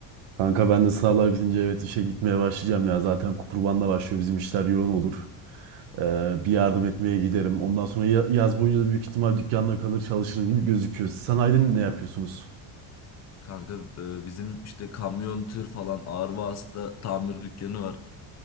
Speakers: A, on the right; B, on the left.
A: Kanka ben de sınavlar bitince evet işe gitmeye başlayacağım ya. Zaten kurbanla başlıyor bizim işler yoğun olur. Ee, bir yardım etmeye giderim. Ondan sonra ya- yaz boyunca da büyük ihtimal dükkanda kalır çalışırım gibi gözüküyor. Siz sanayide ne yapıyorsunuz?
B: Kanka e, bizim işte kamyon, tır falan ağır vasıta tamir dükkanı var.